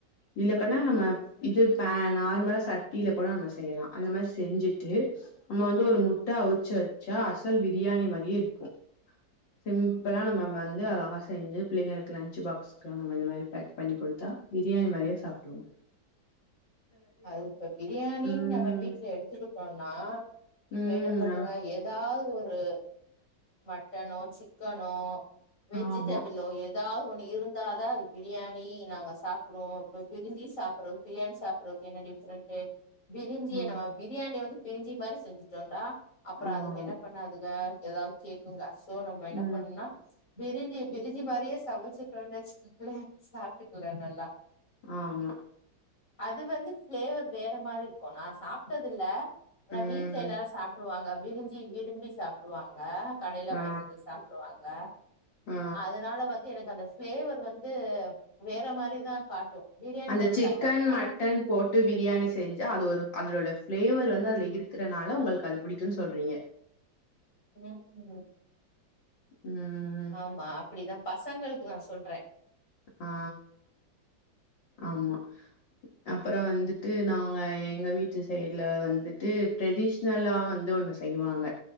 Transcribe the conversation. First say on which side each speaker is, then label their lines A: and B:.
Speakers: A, on the left; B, on the left.
A: இல்லக்கண்ணா நம்ம இது பே நார்மலா சட்டில கூட நம்ம செய்யலா அந்த மாரி செஞ்சிட்டு நம்ம வந்து ஒரு முட்ட அவிச்சி வச்சா அசல் பிரியாணி மாதியே இருக்கு சிம்பிளா நம்ம வந்து அழகா செஞ்சி பிள்ளைங்களுக்கு லன்ச்சு பாக்ஸ் <unintelligible> இத மாரி பேக் பண்ணி குடுத்தா பிரியாணி மாரியே சாப்பிடுவாங்க
B: அது இப்ப பிரியாணின்னு
A: ம்
B: நம்ம வீட்ல எடுத்துக்கிட்டோன்னா இப்ப
A: ம்
B: என்ன பண்ணுங்க
A: ஆ
B: ஏ ஏதாவது ஒரு மட்டனோ சிக்கனோ வெஜிடபிளோ
A: ஆமா
B: எதாவது ஒண்ணு இருந்தாதா அது பிரியாணி நாங்க சாப்பிடுவோ இப்ப பிரிஞ்சி சாப்பிடுறோ பிரியாணி சாப்ப அப்றோ அதுக்கு என்ன டிஃப்ரெண்ட் பிரிஞ்சிய
A: ஆ
B: நம்ம பிரியாணி வந்து பிரிஞ்சி மாரி செஞ்சிட்டோன்னா அப்றோ
A: ஆமா
B: அதுக என்ன பண்ணாதுக எதாவது கேக்குங்க சோ நம்ம என்ன
A: ம்
B: பண்ணணுன்னா பிரஞ்சி பிரஞ்சி மாரியே சமச்சிட்டோனு வெச்சுங்களே சாப்ட்டுக்குலா நல்லா
A: ஆமா
B: அது வந்து ஃபிளேவர் வேற மாரி இருக்கு நா சாப்ட்டது இல்ல ஆனா
A: ம்
B: வீட்ல எல்லாரு சாப் டுவாங்க பிரிஞ்சி விரும்பி சாப்டுவாங்க கடேல வாங்கிட்டு
A: ஆ
B: வந்து சாப்டுவாங்க
A: ஆ
B: அதுனால வந்து எனக்கு அந்த ஃபிளேவர் வந்து வேற மாரிதா காட்டு பிரியாணி
A: அந்த
B: மாரி
A: சிக்கன்
B: காட்டாது ஆனா
A: மட்டன் போட்டு பிரியாணி செஞ்சா அது ஒரு அதோட ஃபிளேவர் வந்து அதுல இருக்கறனால உங்களுக்கு அது புடிக்குன்னு சொல்றீங்க
B: ம் ம்
A: ம்
B: ஆமா அப்டிதா பசங்களுக்கு நா சொல்றே
A: ஆ ஆமா அப்பறோ வந்துட்டு நாங்க எங்க வீட்டு சைடுல வந்துட்டு ட்ரெடிஷ் நல்லா வந்து ஒண்ணு செய்வாங்க